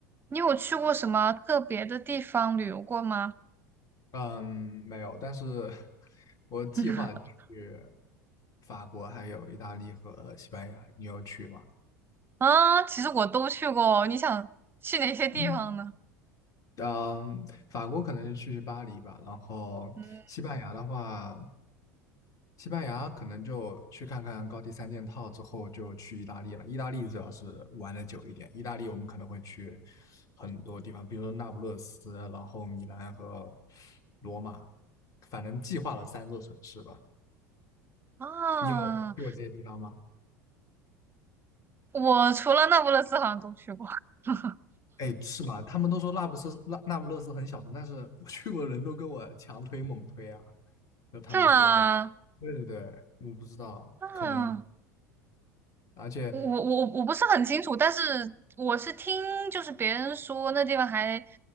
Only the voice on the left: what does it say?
嗯，没有，但是我计划去
法国、还有意大利和西班牙，你有去吗？
嗯，嗯，法国可能就去巴黎吧，然后西班牙的话，
西班牙可能就去看看高地三件套之后就去意大利了。意大利主要是玩的久一点，意大利我们可能会去很多地方，比如说那不勒斯，然后米兰和罗马，反正计划了三座城市吧。
你有去过这些地方吗？
哎，是吗？他们都说那不是那那不勒斯很小众，但是我 <laughs> 去过的人都跟我强推猛推啊。就他们说，
对对对，我不知道，
可能，而且，